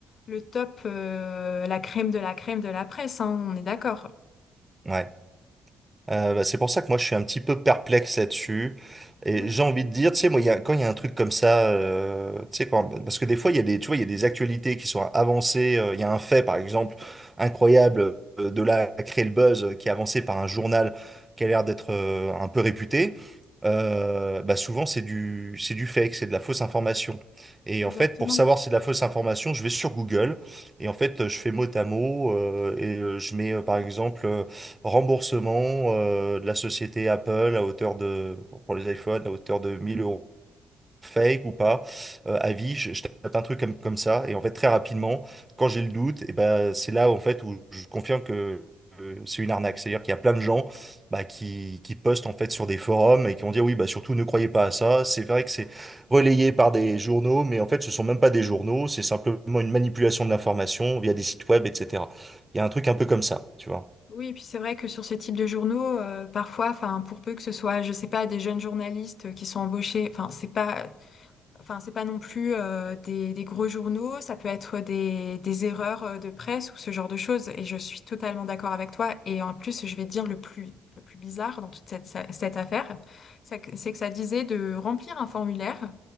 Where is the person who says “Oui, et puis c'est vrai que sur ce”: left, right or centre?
Left